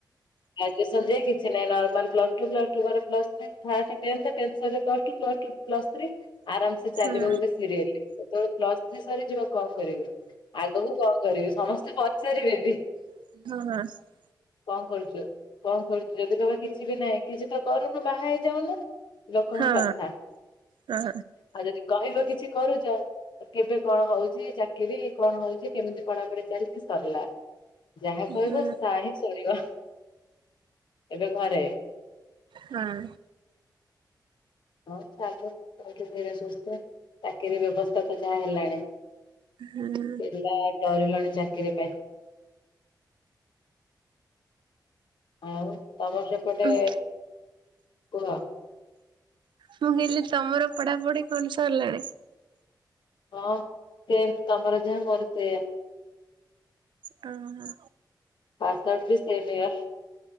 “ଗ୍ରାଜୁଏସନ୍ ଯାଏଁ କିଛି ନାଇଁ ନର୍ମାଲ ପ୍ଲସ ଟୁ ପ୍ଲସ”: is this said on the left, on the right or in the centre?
Left